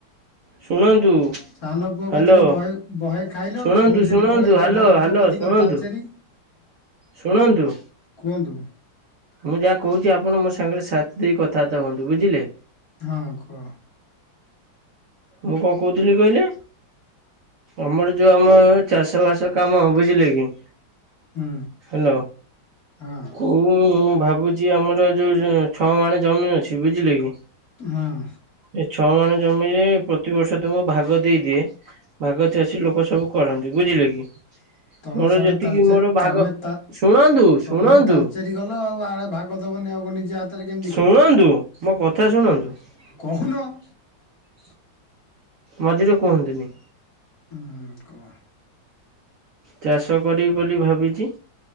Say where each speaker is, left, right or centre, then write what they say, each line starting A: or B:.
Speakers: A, on the right; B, on the left.
A: ଶୁଣନ୍ତୁ
B: ସାନ ପୁଅ
A: ହ୍ୟାଲୋ
B: କତିରେ ବହେ ବହେ ଖାଇଲ
A: ଶୁଣନ୍ତୁ
B: ପୁଣି ସେଠି
A: ଶୁଣନ୍ତୁ
B: ପଳେଇଚ
A: ହ୍ୟାଲୋ
B: ବଡ଼
A: ହ୍ୟାଲୋ
B: ପୁଅ କତିକି
A: ଶୁଣନ୍ତୁ।
B: ତାଲଚେରି।
A: ଶୁଣନ୍ତୁ?
B: କୁହନ୍ତୁ?
A: ମୁଁ ଯାହା କହୁଛି ଆପଣ ମୋ ସାଙ୍ଗରେ ସାଥ ଦେଇ କଥାବାର୍ତ୍ତା ହୁଅନ୍ତୁ ବୁଝିଲେ?
B: ହଁ କୁହ?
A: ମୁଁ କଣ କହୁଥିଲି କହିଲେ? ତମର ଯୋଉ ଆମ ଚାଷ ବାସ କାମ ବୁଝିଲେ କି?
B: ହୁଁ।
A: ହାଲୋ।
B: ହଁ
A: କୋଉ ମୁଁ ଭାବୁଛି ଆମର ଯୋଉ ଛଅ ମାଣେ ଜମି ଅଛି ବୁଝିଲେ କି?
B: ହଁ।
A: ଏ ଛଅ ମାଣ ଜମିରେ ପ୍ରତିବର୍ଷ ତୁମକୁ ଭାଗ ଦେଇଦିଏ। ଭାଗ ଚାଷୀ ଲୋକ ସବୁ କରନ୍ତି ବୁଝିଲେ କି?
B: ତମେ
A: ମୋର
B: ସାଡେ
A: ଯେତିକି
B: ତାଲଚେ
A: ମୋର ଭାଗ
B: ତମେ ତା
A: ଶୁଣନ୍ତୁ ଶୁଣନ୍ତୁ
B: ତମେ ତାଲଚେରୀ ଗଲ ଆଉ ଆଡେ ଭାଗ ଦବନି ଆଉ କ ନିଜ ହାତରେ କେମି
A: ଶୁଣନ୍ତୁ ମୋ କଥା ଶୁଣନ୍ତୁ?
B: କହୁନ?
A: <inaudible> ମଝିରେ କୁହନ୍ତିନି?
B: ଉଁ କୁଅ।
A: ଚାଷ କରିବି ବୋଲି ଭାବିଚି।